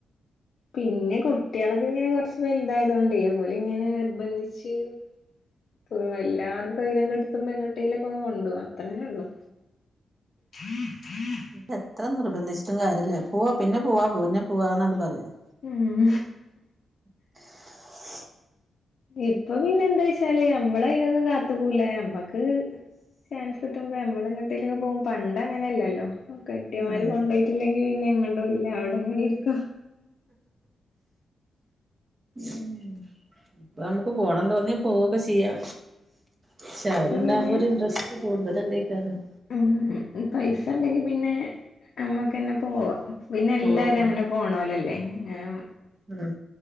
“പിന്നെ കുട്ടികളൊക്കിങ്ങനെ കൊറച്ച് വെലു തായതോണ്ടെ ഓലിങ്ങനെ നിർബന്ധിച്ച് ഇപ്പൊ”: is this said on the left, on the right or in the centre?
Left